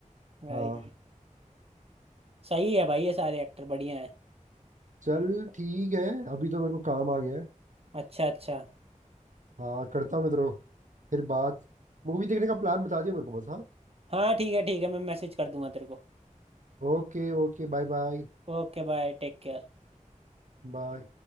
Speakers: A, on the right (about 45°); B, on the right (about 70°).
A: भाई
B: हाँ
A: सही है भाई ये सारे एक्टर बढ़िया हैं
B: चल ठीक है अभी तो मेरे को काम आ गया है
A: अच्छा अच्छा
B: हाँ करता हूँ मैं तेरे को फिर बात मूवी देखने का प्लान बता दिया मेरे को बस हाँ
A: हाँ ठीक है ठीक है मैं मैसेज कर दूंगा तेरे को
B: Okay okay bye bye
A: Okay bye take care
B: Bye